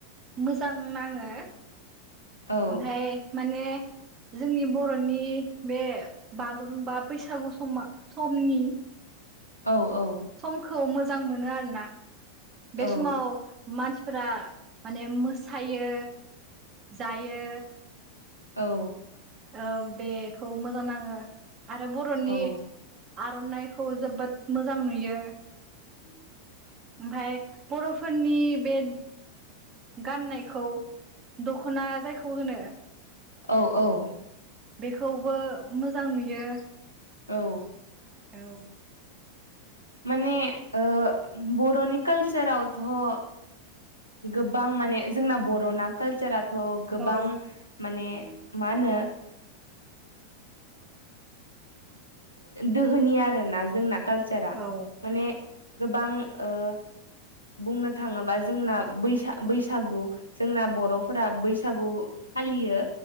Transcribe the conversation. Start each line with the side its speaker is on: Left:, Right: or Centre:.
Right: मोजां नाङो
Left: औ
Right: ओमफाय माने
Left: <inaudible>
Right: जोंनि बर'नि बे बागुरुमबा बैसागु समा समनि
Left: औ औ
Right: समखौ मोजां मोनो आरोना बे
Left: औ
Right: समाव मानसि फोरा माने मोसायो जायो
Left: औ
Right: ओ बेखौ मोजां नाङो आरो बर'नि
Left: औ
Right: आर'नाइ खौ जोबोद मोजां नुयो
Left: <inaudible>
Right: ओमफाय बर'फोरनि बे गाननायखौ दखना जायखौ होनो
Left: औ औ
Right: बेखौबो मोजां नुयो
Left: औ
Right: औ
Left: माने ओ बर'नि कालचरावथ' ओ गोबां माने जोंना बर'ना कालचारा थ' गोबां
Right: औ
Left: माने मा होनो दोहोनि आरो ना जोंना कालचारा
Right: औ
Left: माने गोबां ओ बुंनो थाङोबा जोंना बैसागु जोंना बर'फोरा बैसागु फालियो